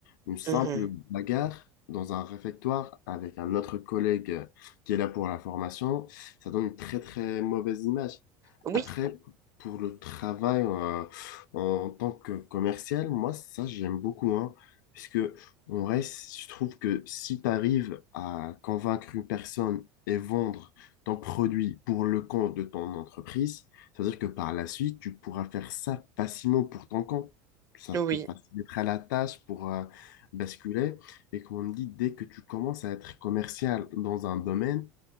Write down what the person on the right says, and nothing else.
mhm.
Oui,
oui,